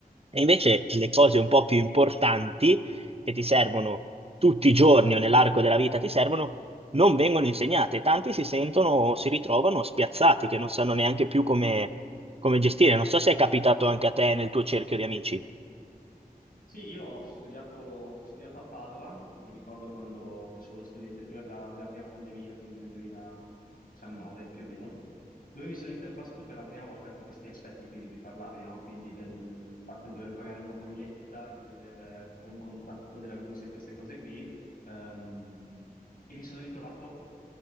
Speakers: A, on the right; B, on the left.
A: E invece le cose un po' più importanti che ti servono tutti i giorni o nell'arco della vita ti servono, non vengono insegnate. Tanti si sentono, si ritrovano spiazzati, che non sanno neanche più come, come gestire. Non so se è capitato anche a te nel tuo cerchio di amici.
B: Sì, io ho studiato, ho studiato a Padova, mi ricordo quando facevo lo studente prima della, della prima pandemia, quindi nel 2019 più o meno, dove mi sono interfacciato per la prima volta con questi aspetti qui di cui parlavi, no? Quindi del fatto di dover pagare una bolletta, di dover eh, fare un contratto della luce, queste cose qui, ehm, e mi sono ritrovato